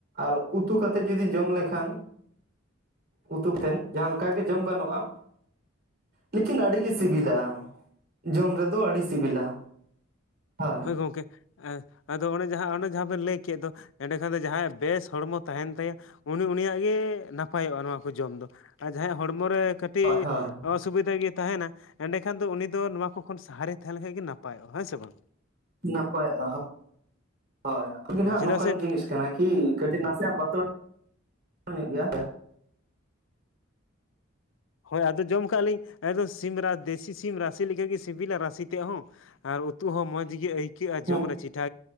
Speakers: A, on the right; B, on the left.
A: ᱟᱨ ᱩᱛᱩ ᱠᱟᱛᱮᱫ ᱡᱩᱫᱤ ᱡᱚᱢ ᱞᱮᱠᱷᱟᱱ ᱩᱛᱩ ᱛᱮᱱ ᱡᱟᱦᱟᱸ ᱞᱮᱠᱟ ᱜᱮ ᱡᱚᱢ ᱜᱟᱱᱚᱜᱼᱟ᱾ ᱞᱮᱠᱤᱱ ᱟᱹᱰᱤ ᱜᱮ ᱥᱤᱵᱤᱞᱟ᱾ ᱡᱚᱢ ᱨᱮᱫᱚ ᱟᱹᱰᱤ ᱥᱤᱵᱤᱞᱟ ᱦᱳᱭ᱾
B: ᱜᱚᱝᱠᱮᱻ ᱟᱫᱚ ᱚᱱᱮ ᱡᱟᱦᱟᱸ ᱚᱱᱮ ᱡᱟᱦᱟᱸ ᱵᱮᱱ ᱞᱟᱹᱭ ᱠᱮᱫ ᱫᱚ ᱮᱸᱰᱮᱠᱷᱟᱱ ᱫᱚ ᱡᱟᱦᱟᱸᱭᱟᱜ ᱵᱮᱥ ᱦᱚᱲᱢᱚ ᱛᱟᱦᱮᱱ ᱛᱟᱭᱟ ᱩᱱᱤ ᱩᱱᱤᱭᱟᱜ ᱜᱮ ᱱᱟᱯᱟᱭᱚᱜᱼᱟ ᱱᱚᱣᱟ ᱠᱚ ᱡᱚᱢ ᱫᱚ ᱾ ᱟᱨ ᱡᱟᱦᱟᱸᱭᱟᱜ ᱦᱚᱲᱢᱚ ᱨᱮ ᱠᱟᱹᱴ ᱴᱤ
A: ᱦᱳᱭ ᱦᱳᱭ
B: ᱱᱚᱣᱟ ᱥᱩᱵᱤᱫᱷᱟ ᱜᱮ ᱛᱟᱦᱮᱱᱟ ᱮᱸᱰᱮᱠᱷᱟᱱ ᱫᱚ ᱩᱱᱤ ᱫᱚ ᱱᱚᱣᱟ ᱠᱚ ᱠᱷᱚᱱ ᱥᱟᱦᱟᱨᱮ ᱛᱟᱦᱮᱸ ᱞᱮᱱᱠᱟᱡ ᱜᱮ ᱱᱟᱯᱟᱭᱚᱜᱼᱟ᱾ ᱦᱮᱸ ᱥᱮ ᱵᱟᱝ?
A: ᱱᱟᱯᱟᱭᱚᱜᱼᱟ ᱦᱳᱜ <unintelligible> ᱳᱭ ᱟᱵᱤᱱᱟᱜ
B: ᱦᱳᱭ
A: ᱱᱟᱦᱟᱜ
B: ᱪᱮᱫᱟᱜ
A: ᱱᱚᱝᱠᱟᱱ
B: ᱥᱮ
A: ᱡᱤᱱᱤᱥ ᱠᱟᱱᱟ ᱠᱤ ᱠᱟᱹᱴᱤᱡ ᱱᱟᱥᱮᱭᱟᱜ ᱵᱟᱛᱚᱲ ᱧᱚᱜ ᱜᱮᱭᱟ᱾
B: ᱦᱳᱭ ᱟᱫᱚ ᱡᱚᱢ ᱠᱟᱜ ᱞᱤᱧ ᱟᱫᱚ ᱥᱤ ᱫᱮᱥᱤ ᱥᱤᱢ ᱨᱟᱥᱮ ᱞᱮᱠᱟ ᱜᱮ ᱥᱤᱵᱤᱞᱟ ᱨᱟᱥᱮ ᱛᱮ ᱦᱚᱸ᱾ ᱟᱨ ᱩᱛᱩ ᱦᱚᱸ ᱢᱚᱸᱡᱽ ᱜᱮ ᱟᱹᱭᱠᱟᱹᱜᱼᱟ, ᱡᱚᱢ
A: ᱦᱩᱸ
B: ᱨᱮ ᱪᱤᱴᱷᱮ